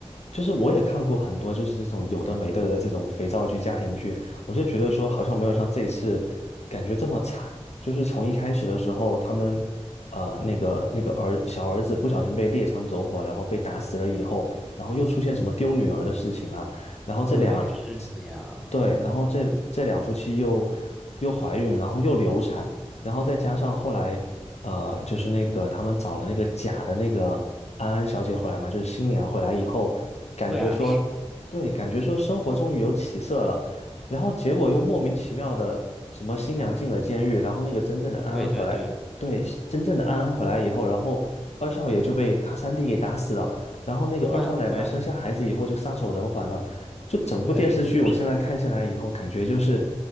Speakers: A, on the left (about 70°); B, in the centre.
A: 就是我也看过很多就是这种有的没的的这种肥皂剧、家庭剧，我就觉得说好像没有像这一次感觉这么惨。就是从一开始的时候，他们呃那个那个儿小儿子不小心被猎枪走火，然后被打死了以后，然后又出现什么丢女儿的事情啦，然后这两
B: 对，是的呀，
A: 对，然后这这两夫妻又又怀孕，然后又流产，然后再加上后来。呃，就是那个他们找了那个假的那个安安小姐回来嘛，就是新娘回来以后，感觉说，
B: 对啊，是的，
A: 对，感觉说生活终于有起色了，然后结果又莫名其妙的什么新娘进了监狱，然后那个真正的安安回来，
B: 对对对，
A: 对，真正的安安回来以后，然后二少爷就被他三弟给打死了，然后那个二少奶奶生下孩子以后就撒手人寰了，
B: 对啊，对啊，对，
A: 就整部电视剧我现在看下来以后，
B: 对，是的。
A: 感觉就是